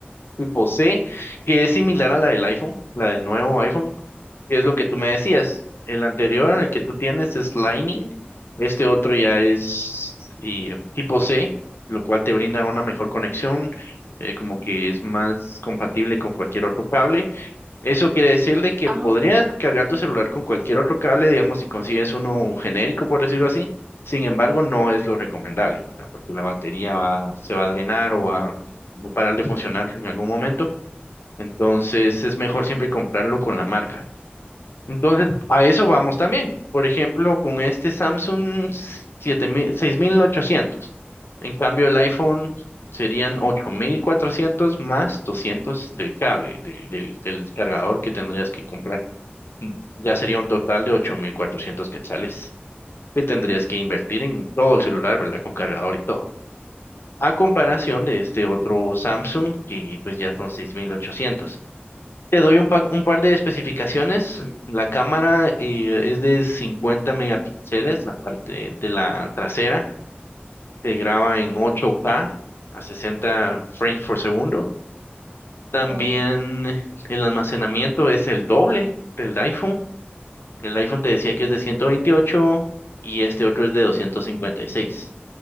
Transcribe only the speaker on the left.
tipo C, que es similar a la del iPhone, la del nuevo iPhone, es lo que tú me decías. El anterior, el que tú tienes, es Lightning. Este otro ya es eh, tipo C, lo cual te brinda una mejor conexión, eh, como que es más compatible con cualquier otro cable. Eso quiere decir de que
podrías cargar tu celular con cualquier otro cable, digamos, si consigues uno genérico, por decirlo así. Sin embargo, no es lo recomendable, ¿verdad? Porque la batería va, se va a drenar o va va a parar de funcionar en algún momento. Entonces, es
mejor siempre comprarlo con la marca. Entonces, a eso vamos también. Por ejemplo, con este Samsung siete mil seis mil ochocientos. En cambio, el iPhone serían 8400 más 200 del cable, del, del, del cargador que tendrías que comprar. Y Ya sería un total de 8400 quetzales que tendrías que invertir en todo el celular, ¿verdad? Con cargador y todo. A comparación de este otro Samsung, que pues ya son 6800. Te doy un, pa- un par de especificaciones. La cámara eh, es de 50 megapíxeles, la parte de la trasera. Se graba en ocho k a 60 frames por segundo. También
el almacenamiento es el doble del iPhone. El iPhone te decía que es de 128 y este otro es de 256.